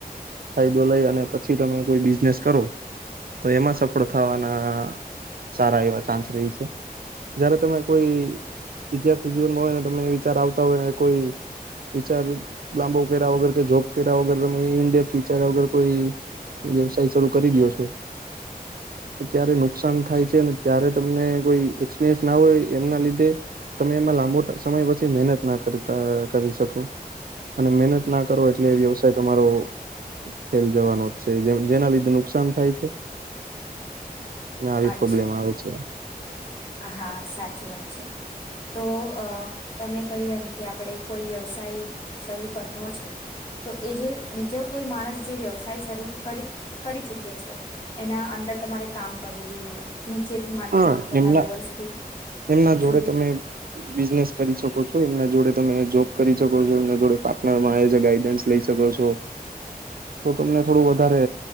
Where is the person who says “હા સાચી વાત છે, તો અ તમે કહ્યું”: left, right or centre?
Left